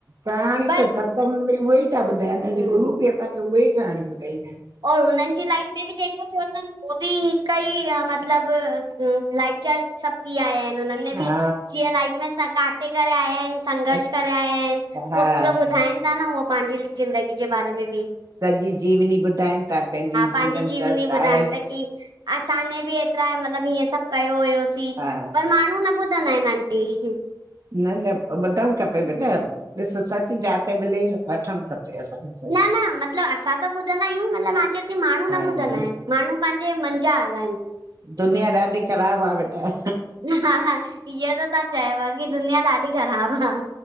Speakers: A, on the right; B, on the right.
A: कहाणी
B: पर
A: त थप। सॿ में उहे ई ता ॿुधाइन अॼ
B: हम्म
A: गुरु ॿि असांखे उहे ई कहाणी ॿुधाईंदा आयन।
B: और हुनन ॼी लाइफ में ॿि जेको थ्यो तन। उ ॿि हिक ई मतलब लाइफचार्ज सॿ थी आया आयन हुनन। जीअं
A: हा
B: लाइफ में स काटे करे आया ऐन। संघर्ष
A: हा
B: करे आया आयन
A: हा,
B: उह पूरो ॿुधाइन तख न उह पांजी ज़िंदगी ॼे बारे में ॿि।
A: पैंॼी जीवनी ॿुधाइन ता पैंॼी
B: पंहिंजी
A: जीवन
B: जीवनी
A: कर त
B: ॿुधाइनि
A: आये।
B: था की असांने ॿि एतरा मतलब हेअ सॿ कयो हुयोसीं
A: हा
B: पर माणू न ॿु चयन्दा आयन आंटी।
A: न-न ॿुधण खपे बेटा ॾिस सच जाते मिले वठण खपे। <inaudible>
B: न-न मतलब असां त ॿुंधंदा आयूं मतलब मां चवा ती माणू
A: हा
B: न ॿुधंदा आयन माणू। पांॼे मन ॼा आरन।
A: दुनिया ॾाढी ख़राब आ बेटा।
B: हा-हा इय त तां चयव की दुनिया ॾाढी ख़राब आ।